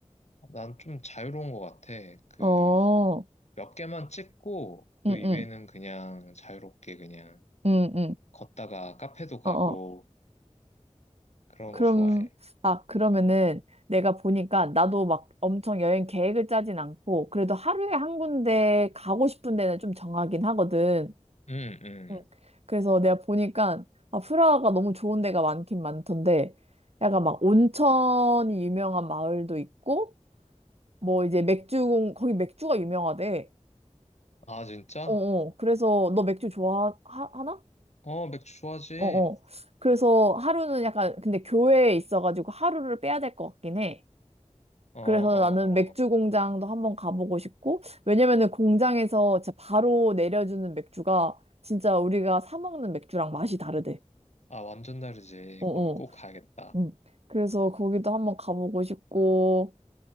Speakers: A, on the left; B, on the right.
A: 난 좀 자유로운 것 같아. 그
B: 어,
A: 몇 개만 찍고
B: 응,
A: 그 이외에는
B: 응,
A: 그냥 자유롭게 그냥
B: 응, 응.
A: 걷다가 카페도 가고
B: 어어
A: 그런
B: 그럼,
A: 거 좋아해.
B: 아, 그러면은 내가 보니까 나도 막 엄청 여행 계획을 짜진 않고 그래도 하루에 한 군데 가고 싶은 데는 좀 정하긴 하거든.
A: 응, 응.
B: 응. 그래서 내가 보니까 아, 프라하가 너무 좋은 데가 많긴 많던데 약간 막 온천이 유명한 마을도 있고 뭐 이제 맥주공, 거기 맥주가 유명하대.
A: 아, 진짜?
B: 어어. 그래서 너 맥주 좋아하나?
A: 어, 맥주 좋아하지?
B: 어어. 그래서 하루는 약간 근데 교회에 있어가지고 하루를 빼야 될 것 같긴 해.
A: 어,
B: 그래서
A: 어,
B: 나는 맥주
A: 어.
B: 공장도 한번 가보고 싶고, 왜냐면은 공장에서 진짜 바로 내려주는 맥주가 진짜 우리가 사 먹는 맥주랑 맛이 다르대.
A: 아, 완전 다르지.
B: 어,
A: 거기 꼭
B: 어.
A: 가야겠다.
B: 음. 그래서 거기도 한번 가보고 싶고,